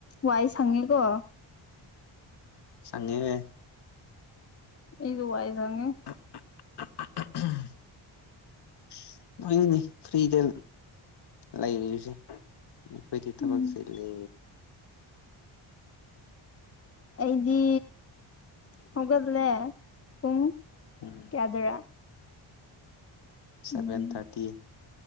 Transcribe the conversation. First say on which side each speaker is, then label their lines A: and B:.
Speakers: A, on the left; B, on the left.
A: ꯋꯥꯏ ꯁꯪꯉꯦꯀꯣ
B: ꯁꯪꯉꯦ
A: ꯑꯩꯗꯨ ꯋꯥꯏ ꯁꯪꯉꯦ
B: <unintelligible> <unintelligible> ꯐ꯭ꯔꯤꯗ ꯂꯩꯔꯤꯁꯦ ꯑꯩꯈꯣꯏꯗꯤ ꯊꯕꯛ
A: ꯎꯝ
B: ꯆꯤꯜꯂꯦ
A: ꯑꯩꯗꯤ ꯍꯧꯒꯠꯂꯦ ꯄꯨꯡ
B: ꯎꯝ
A: ꯀꯌꯥꯗꯔꯥ
B: ꯁꯚꯦꯟ
A: ꯎꯝ
B: ꯊꯥꯔꯇꯤ